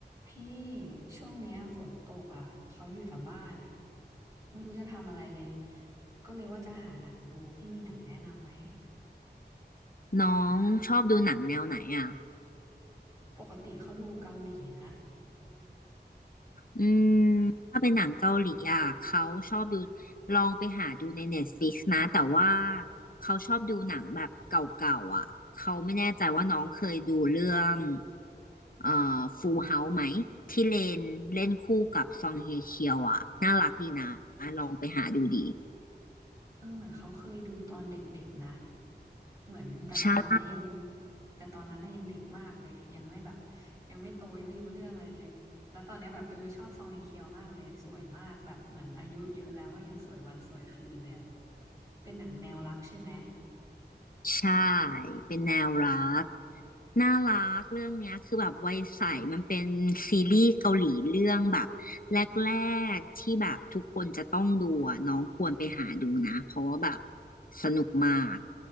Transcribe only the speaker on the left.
น้องชอบดูหนังแนวไหนอ่ะ
อืมถ้าเป็นหนังเกาหลีอ่ะเขาชอบดูลองไปหาดูใน Netflix นะแต่ว่าเขาชอบดูหนังแบบเก่าๆอ่ะเขาไม่แน่ใจว่าน้องเคยดูเรื่องเอ่อฟูลเฮาไหมที่เลนเล่นคู่กับซองเฮเคียวอ่ะน่ารักดีนะลองไปหาดูดี
ใช่
ใช่เป็นแนวรักน่ารักเรื่องเนี้ยคือแบบวัยใสมันเป็นซีรีส์เกาหลีเรื่องแบบแรกๆที่แบบทุกคนจะต้องดูอะน้องควรไปหาดูนะเพราะว่าแบบสนุกมาก